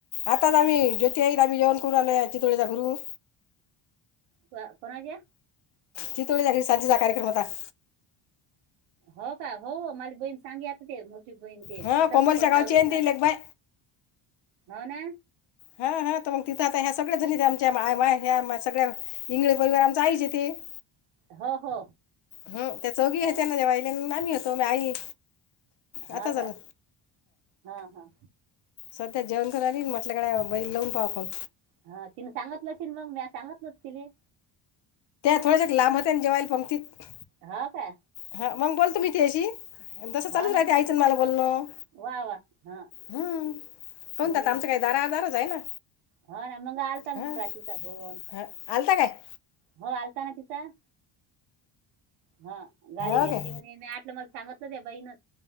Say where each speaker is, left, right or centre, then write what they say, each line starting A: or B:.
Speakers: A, on the left; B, on the right.
A: आताच आम्ही ज्योती आम्ही जेवण करू आले चितोळीचा घरून.
B: कोणा च्या
A: चितोळी जा साजचा कार्यक्रम आता <unintelligible>
B: हो का हो माला बहीण सांगे आता ते बहीण ते
A: हा
B: तचाच
A: कोमलच्या
B: फोन
A: गावची
B: चालू होता
A: आहे ना ती
B: आता
A: लेकबाय
B: हो ना
A: हा हा तर मग तिथं आता ह्या सगळ्या जण येत आमच्या सगळ्या इंगळे परिवार आमचा आईश येत <inaudible>
B: हो हो
A: हम त्या चौघी
B: हा
A: आहे त्यांना जेव्हा आईल्या नामी होतो म आई
B: हा
A: आता झालं
B: का हा हा
A: त्याच्या जेवण करायला पण हिंमत लगडवाव आली म्हटल्याकडे बैल लावून पाहा फन
B: हा तिने सांगतलशील मग म्या सांगतलच तिने
A: थोड्या लांबत होते ना जेयल पंगतीत
B: हो का
A: हा मग बोलतो मीथशी जसं चालूच
B: हो ना
A: राहते
B: हो
A: आईचन मला बोलणं
B: वा वा हा
A: हम्म कोणत
B: हम्म
A: आता आमचं काही दारदारच आहे ना
B: हो ना मग आलता मग
A: हां
B: प्राचीचा होन
A: हां आलता काय
B: हो आलता ना त हा गाडी
A: हो
B: घेतली
A: काय
B: म्हने मी आटलं मला सांगतलं त्या बाईन.